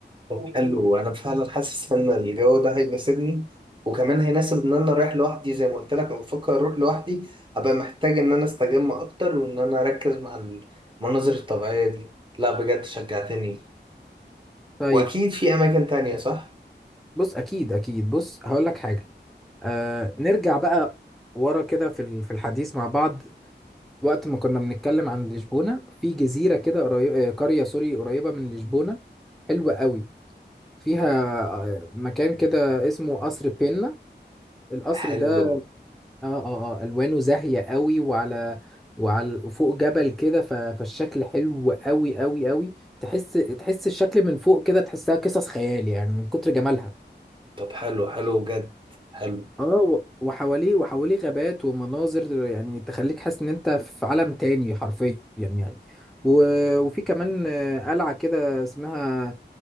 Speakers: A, on the right; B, in the centre.
A: طب حلو أنا فعلا حاسس إن الجو ده هيناسبني وكمان هيناسب إن أنا رايح لوحدي زي ما قلت لك أو بفكر أروح لوحدي أبقى محتاج إن أنا أستجم أكتر وإن أنا أركز مع المناظر الطبيعية دي لا بجد شجعتني
B: طيب
A: وأكيد في أماكن تانية صح؟
B: بص اكيد اكيد بص هقول لك حاجه آه نرجع بقى ورا كده في ال- في الحديث مع بعض وقت ما كنا بنتكلم عن لشبونة في جزيرة كده قري... آه، قرية سوري قريبة من لشبونة حلوة قوي فيها آه مكان كده اسمه قصر بينا القصر
A: حلو
B: ده اه اه اه ألوانه زاهية قوي وعلى وعلى فوق جبل كده ف... فالشكل حلو قوي قوي قوي تحس تحس الشكل من فوق كده تحسها قصص خيال يعني من كتر جمالها
A: طب حلو حلو جد حلو
B: اه و- وحواليه وحواليه غابات ومناظر يعني تخليك حاسس ان انت في عالم تاني حرفيا يعني و- وفي كمان آه، قلعة كده اسمها